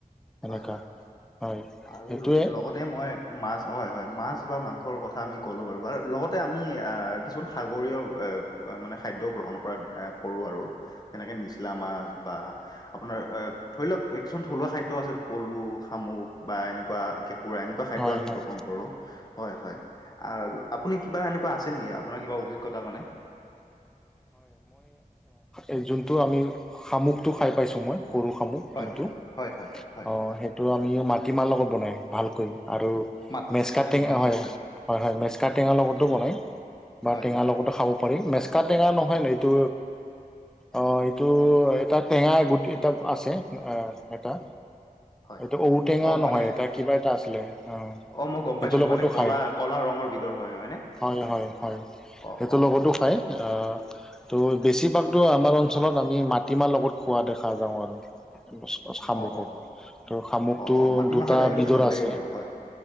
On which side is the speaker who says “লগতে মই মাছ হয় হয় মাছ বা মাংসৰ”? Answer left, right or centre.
Left